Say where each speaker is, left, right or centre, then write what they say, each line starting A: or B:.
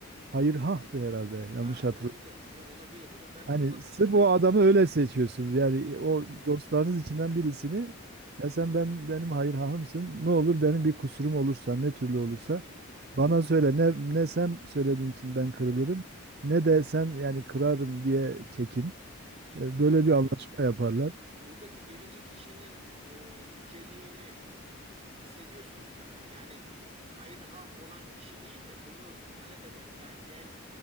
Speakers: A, on the right; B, on the right.
A: hayır hahtı herhalde. Yanlış
B: Ha
A: hatırladım.
B: olabilir. Evet, olabilir. Hocam ben
A: Hani
B: buna bakacağım
A: sırf
B: ama.
A: o adamı öyle seçiyorsunuz. Yani
B: Ya
A: e, o
B: çok iyiymiş.
A: dostlarınız içinden birisini
B: Hmm.
A: ya sen ben benim hayır hahımsın. Ne olur benim bir kusurum olursa ne türlü olursa
B: Ya çok iyiymiş hocam.
A: bana söyle. Ne ne sen söylediğin için ben kırılırım ne de sen yani kırarım diye çekin. Ee,
B: Hocam
A: Böyle
B: bu
A: bir anlaşma yaparlar.
B: Buradaki birinci kişinin e, yüceliğini hissediyorsunuz değil mi? Yani hayır hah olan kişi değil de bunu talep eden yani gel